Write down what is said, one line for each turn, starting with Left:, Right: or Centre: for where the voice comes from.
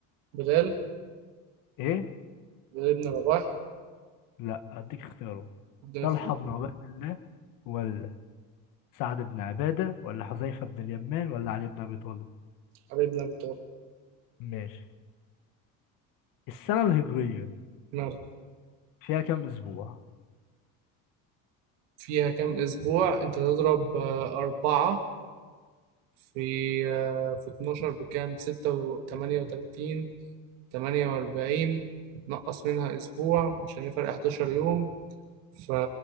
Right: بلال
Left: إيه؟
Right: بلال ابن رباح
Left: لا أديك اختيارات
Right: ابن
Left: طلحة
Right: اختيار
Left: بن عبيد الله ولا سعد بن عبادة ولا حذيفة بن اليمان ولا علي بن أبي طالب
Right: علي بن أبي طالب
Left: ماشي السنة الهجرية
Right: ماله
Left: فيها كام أسبوع؟
Right: فيها كام أسبوع أنت تضرب آه أربعة في آه في اتناشر بكام ستة وتمانية وتلاتين 48 نقص منها أسبوع عشان هي فرق 11 يوم ف